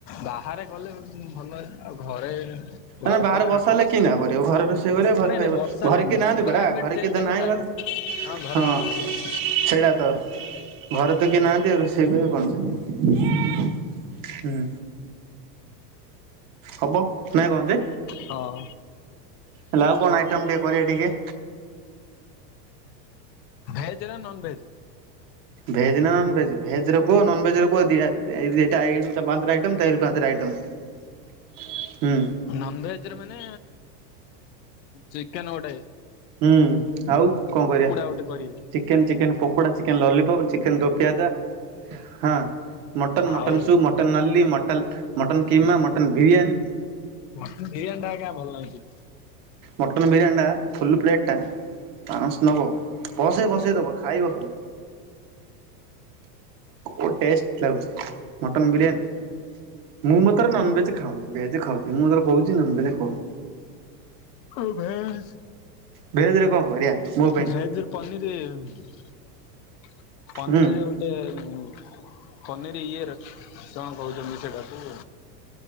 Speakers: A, on the left; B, on the right.
A: ବାହାରେ କଲେ ଭଲ ଆଉ ଘରେ ଘରେ
B: ନା ବାହାରେ
A: କଣ
B: ବସା
A: ବସୁଛୁ
B: ହେଲେ କି ନ କର ଘର ରୋଷେଇ କରିବା ଘର
A: ନାଇଁ
B: ଖାଇବା
A: ନାଇଁ ବର୍ଷା
B: ଘରେ
A: ନାଇଁ
B: କି
A: ମାନେ
B: ନାଁଥିବେରା
A: କ୍ଲାଇମେଟ
B: ଘରେ
A: ଚେଞ୍ଜ
B: କିଏ ତ
A: ହେଲେ
B: ନାହିଁ
A: ଚାଲିବ।
B: ଗଲେ।
A: ହଁ ଘରେ
B: ହଁ।
A: ବି କଲେ ବି ହବ
B: ସେଇଟା ତ ଘରେ ତ କିଏ ନାହାନ୍ତି ଆଉ ରୋଷେଇ କଣ ଯେ? ହୁଁ। ହବ ନାଇଁ କଣ ଯେ?
A: ହଁ।
B: ହେଲା ଆଉ କଣ ଆଇଟମ୍ ଟିକେ କରିବା ଟିକେ?
A: ଭେଜ୍ ନା ନନ୍ ଭେଜ୍?
B: ଭେଜ୍ ନା ନନ୍ ଭେଜ୍ ଭେଜ୍ ରେ କୁହ ନନ୍ ଭେଜ୍ ରେ କୁହ ଦିଟା ଏଇ ଦିଟା ଏଇଠୁ ପାଞ୍ଚଟା ଆଇଟମ୍ ତେର୍ ରୁ ପାଞ୍ଚଟା ଆଇଇମ୍। ହୁଁ।
A: ନନ୍ ଭେଜ୍ ରେ ମାନେ ଚିକେନ୍ ଗୋଟେ।
B: ହୁଁ ଆଉ କଁ କରିଆ?
A: ଆଉ ଗୋଟେ କରିବେ।
B: Chicken chicken pakoda chicken lollipop chicken dopiaza. ହଁ ମଟନ୍ ମଟନ୍
A: ଆଉ
B: ସୁପ୍ ମ ମଟନ୍ ନଲ୍ଲି ମଟଲ୍ mutton keema mutton biryani
A: mutton biryani ଟା ଆଜ୍ଞା ଭଲ୍ ଲାଗୁଚି।
B: ମଟନ୍ ବିରିୟାନୀଟା ଫୁଲୁ ପ୍ଲେଟ୍ ଟା ପାଁ ଶହ ନବ ବସରେ ବସେଇ ଦବ। ଖାଇବ ଖାଲି। ବହୁତ୍ ଟେଷ୍ଟ୍ ଲାଗୁଚି ମଟନ୍ ବିରିୟାନୀ। ମୁଁ ମତରେ ନନ୍ ଭେଜ୍ ଖାଉନି ଭେଜ୍ ଖାଉଚି ମୁଁ ଯେତେବେଳେ କହୁଚି ନନ୍ ଭେଜ୍ ଖାଉନି।
A: ଆଉ ଭେଶ୍
B: ଭେଜ ରେ କଣ କରିବା ମୋ ପାଇଁ
A: ଭେଜରେ ପନିରି ଖାଇବୁ? ପନିରି
B: ହୁଁ
A: ହଉଚି। ଗୋଟେ ପନିର ଇଏ ରେ କଁ କହୁଚନ୍ତି ସେଟାକୁ